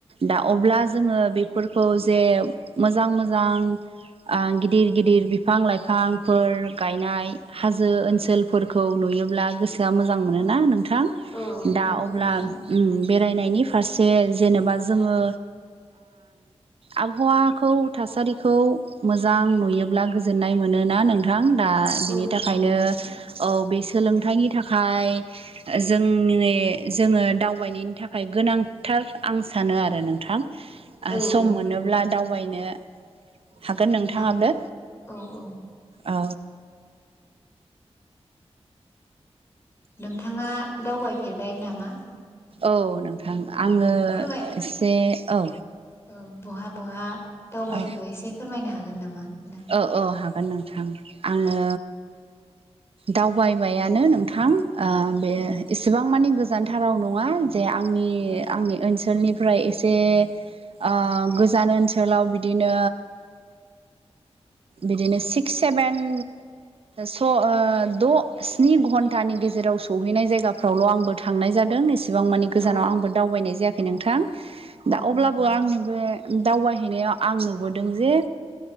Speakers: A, on the right; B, on the left.
A: दा अब्ला जोङो बेफोरखौ जे मोजां मोजां गिदिर गिदिर बिफां लाइफांफोर गायनाय हाजो ओनसोल फोरखौ नुयोब्ला गोसोआ मोजां मोनोना
B: औ
A: नोंथां
B: औ
A: दा
B: नंगौ
A: अब्ला
B: नोंथां
A: बेरायनायनि फारसे जेनेबा जोङो आबहावाखौ थासारिखौ मोजां नुयोब्ला गोजोननाय मोनोना नोंथां दा बिनि
B: औ
A: थाखायनो
B: नंगौ नोंथां
A: औ बे सोलोंथाइनि थाखाय जों जोङो दावबायनायनि थाखाय गोनांथार आं सानो आरो नोंथां
B: औ
A: सम
B: नंगौ
A: मोनोब्ला
B: नोंथां
A: दावबायनो हागोन नोंथाङाबो
B: नांगौ औ औ
A: औ
B: नोंथाङा दावबायफेरबाय नामा
A: औ नोंथां आङो
B: औ फोरमाय
A: एसे औ
B: औ बहा बहा दावबायखो
A: औ
B: एसे फोरमायनो हागोन नामा नोंथां?
A: औ औ हागोन नोंथां आङो दावबायबायानो नोंथां बे
B: ओ औ
A: एसेबां मानि गो गोजानथाराव नङा जे आंनि
B: औ
A: आंनि ओनसोलनिफ्राय एसे ओ गोजान ओनसोलाव बिदिनो बिदिनो सिक्स सेभेन स द' स्नि घन्टानि गेजेराव सौहैनाय जायगाफ्रावल' आंबो थांनाय जादों ए एसिबां मानि गोजानाव
B: औ
A: आंबो दावबायनाय जायाखै नोंथां
B: औ
A: दा अब्लाबो
B: नंगौ
A: आंनि बे दावबायहैनायाव आं नुबोदों जे